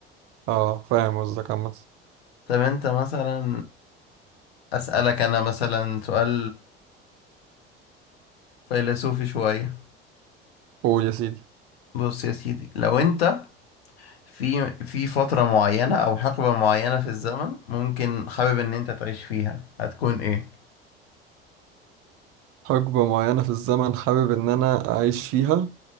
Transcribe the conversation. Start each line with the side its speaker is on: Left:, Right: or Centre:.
Right: اه فاهم قصدك عامة
Left: طب انت مثلا أسألك أنا مثلا سؤال فيلسوفي شوية
Right: قول يا سيدي
Left: بص يا سيدي لو أنت في في فترة معينة أو حقبة معينة في الزمن ممكن حابب إن أنت تعيش فيها هتكون إيه؟
Right: حقبة معينة في الزمن حابب إن أنا أعيش فيها